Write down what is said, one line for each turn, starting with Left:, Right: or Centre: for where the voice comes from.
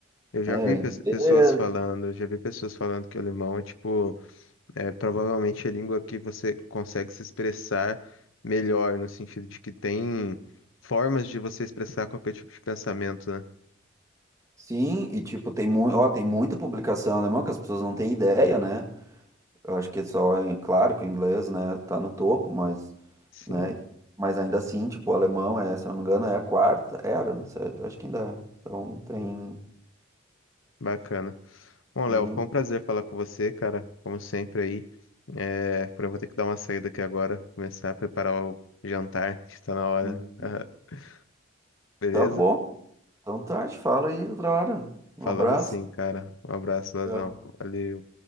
Left: Eu já
Right: né?
Left: vi
Right: É O inglês,
Left: pes- pessoas falando, eu já vi pessoas falando que o alemão é tipo É provavelmente a língua que você consegue se expressar melhor, no sentido de que tem formas de você expressar qualquer tipo de pensamento, né?
Right: sim, e tipo tem muito, ó, tem muita publicação alemã que as pessoas não têm ideia, né? Eu acho que é só, é claro que o inglês, né, tá no topo, mas,
Left: Sim,
Right: né, mas ainda assim, tipo, o alemão é, se eu não me engano, é a quarta, era, não sei, acho que ainda é. Então tem,
Left: bacana. Bom,
Right: tem
Left: Léo, foi um prazer falar com você, cara, como sempre aí. É, eu vou ter que dar uma saída aqui agora, começar a preparar o jantar, <laughs> que está na hora.
Right: muito-
Left: <laughs> Beleza?
Right: Tá bom. Então tá, a gente fala aí outra hora. Um
Left: Falamos
Right: abraço.
Left: sim, cara. Um abraço, Lazão.
Right: Tchau.
Left: Valeu.